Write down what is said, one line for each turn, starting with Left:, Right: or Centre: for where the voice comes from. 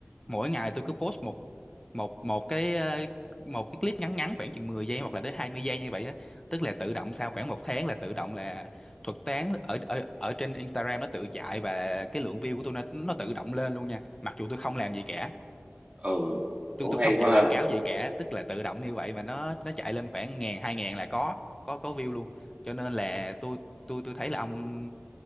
Left: mỗi ngày tôi cứ post một một một cái ờ, một cái clip ngắn ngắn khoảng chừng 10 giây hoặc là đến 20 giây như vậy á tức là tự động sau khoảng một tháng là tự động là thuật toán ở ở ở trên Instagram nó tự chạy và cái lượng view của tôi nó nó tự động lên luôn nha mặc dù tôi không làm gì cả
Right: ừ.
Left: tôi
Right: Cũng
Left: tôi
Right: hay
Left: không
Right: quá
Left: chạy
Right: ha.
Left: quảng cáo gì cả tức là tự động như vậy mà nó nó chạy lên khoảng ngàn hai ngàn là có có có view luôn cho nên là tôi tôi tôi thấy là ông